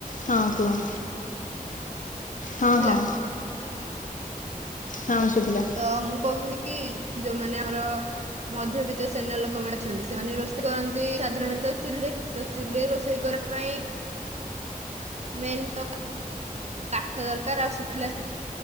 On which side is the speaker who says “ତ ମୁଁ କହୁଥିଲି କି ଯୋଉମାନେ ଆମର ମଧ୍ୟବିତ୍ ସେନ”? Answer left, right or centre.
Right